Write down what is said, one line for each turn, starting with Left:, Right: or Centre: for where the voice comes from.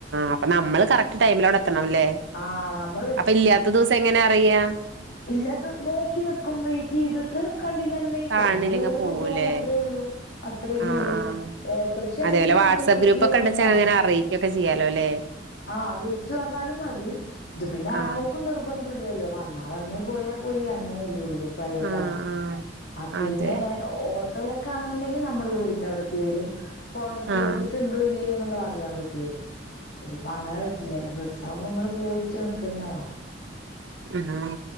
Right: അപ്പൊ നമ്മള് കറക്റ്റ് ടൈമിൽ അവിടെ എത്തണം അല്ലേ
Left: ആഹ് നമ്മള്
Right: അപ്പൊ ഇല്ലാത്ത ദിവസം- അത് എങ്ങനെ അറിയാം
Left: ഇല്ലാത്തത് നോക്കി നിക്കും വെയിറ്റ് ചെയ്തിട്ട്. കണ്ടില്ലന്നുണ്ടെങ്കി
Right: കാണില്ലെങ്കി
Left: കാണണ പുള്ളാര്
Right: പോവൂലേ
Left: കൊണ്ടോകും അത്രേ ഒള്ളൂ. അത്ര തന്നെ
Right: ആഹ്
Left: ഒള്ളൂ
Right: ആഹ്
Left: ഓട്ടോറിക്ഷയാണെങ്കില്
Right: അതേപോലെ
Left: നമ്മുടെ
Right: വാട്സആപ്പ്
Left: വീട്ടില്
Right: ഗ്രൂപ്പ് ഒക്കെ
Left: വന്ന്
Right: ഉണ്ടെച്ചാ
Left: കാണി
Right: അങ്ങനെ <unintelligible>
Left: ആ വിളിച്ച് പറഞ്ഞാലും മതി ഇത് പിന്നെ
Right: ആഹ്
Left: ആരുക്കും നിർബ- ബന്ധം ഇല്ലല്ലോ വന്നാ വന്ന് പോയാ പോയി അങ്ങനെയല്ലേ ഒള്ളൂ. പ്രൈവറ്റ്
Right: ആഹ്
Left: ആവും
Right: ആഹ്
Left: ആ പിന്നെ-
Right: അതെ
Left: ഓട്ടോയൊക്കെ ആണെന്നുണ്ടെങ്കിൽ നമ്മുടെ വീടിന്റെ അവിടേക്ക് വരും ഹോണടിച്ച്
Right: ആഹ്
Left: നോക്കിയിട്ട് ഇണ്ടോ ഇല്ലേ അറിയാൻ പറ്റുല്ലോ ഇതിപ്പോ അങ്ങനെ പറ്റില്ല ബസ്സാവുമ്പോ നമ്മൾ പോയിട്ട് നിക്കന്നെ വാണം.
Right: ആഹാ